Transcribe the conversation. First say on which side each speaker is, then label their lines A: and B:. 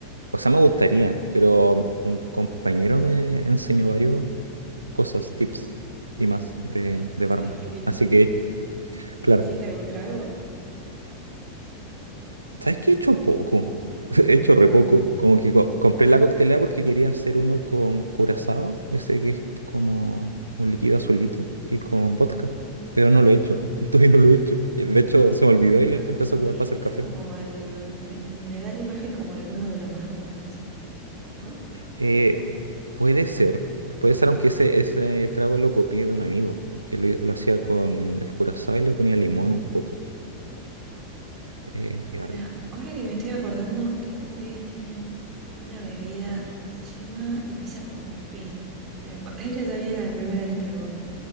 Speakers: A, on the right; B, on the right.
A: o sea, me gustaría, pero un compañero me enseñó varios cosas, tips y más de,
B: Varios,
A: de barman.
B: varios truquitos.
A: Así que,
B: ¿Hic-
A: claro.
B: ¿Hiciste algún trago?
A: ¿Sabes qué he hecho poco? <laughs> He hecho
B: No.
A: re poco. Como que co- compré la coctelera porque quería hacer uno con curazao, ese que es como un líquido azulito, y con vodka.
B: Ujú.
A: Pero no lo he hecho. <laughs> Todavía no lo he hecho. Y De hecho, se me olvidó y lo
B: Ah,
A: empecé
B: sí,
A: a jugar para hacer
B: es
A: café.
B: como el... Me, me da la imagen como alguno de los más comunes, ¿no?
A: Eh, puede ser. Puede ser, aunque ese, ese trago lo copié de un amigo, que lo, lo hacía con el curazao y le ponía limón un poco. Eh, y era
B: Ahora,
A: rico.
B: ahora que me estoy acordando, creo que ustedes tienen una bebida, ¿cómo se llama? Empieza con P. de alcohol. <laughs> Ella sabía la primera letra nomás.